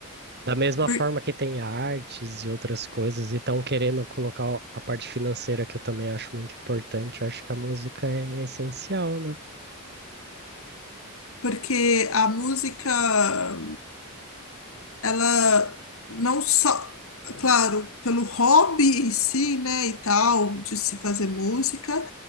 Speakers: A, on the right; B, on the left.
A: Da mesma
B: por-
A: forma que tem artes e outras coisas, e estão querendo colocar a parte financeira, que eu também acho muito importante, acho que a música é essencial, né?
B: porque a música, ela não só, claro, pelo hobby em si, né, e tal, de se fazer música,